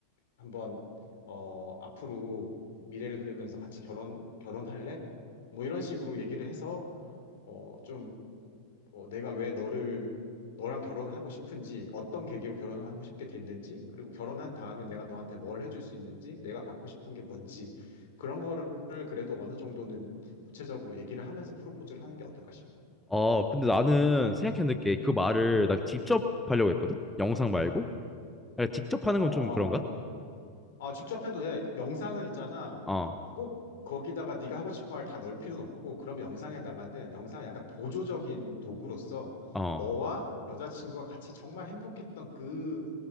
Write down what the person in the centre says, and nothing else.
어, 근데 나는 생각했는 게 그
말을 난 직접 하려고 했거든? 영상 말고? 야, 직접 하는
건 좀 그런가?
어,
어,